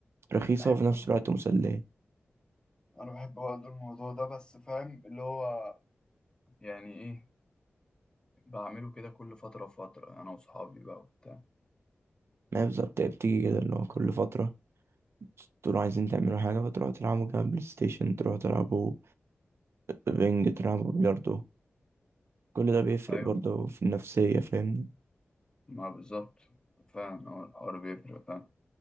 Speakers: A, on the right; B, on the left.
A: رخيصه
B: بحب
A: وفي نفس الوقت مسليه
B: انا بحب برضه الموضوع ده بس فاهم اللي هو يعني ايه بعمله كده كل فترة وفترة انا واصحابي بقى وبتاع
A: ما هي بالظبط هي بتيجي كده اللي هو كل فتره تقولوا عايزين تعملوا حاجه فتروحوا تلعبوا كده بلاي ستيشن تروحوا تلعبوا بينج تلعبوا بلياردو كل ده بيفرق
B: ايوه
A: برضه في النفسية فاهمني
B: ما بالظبط فاهم هو الحوار بيفرق فاهم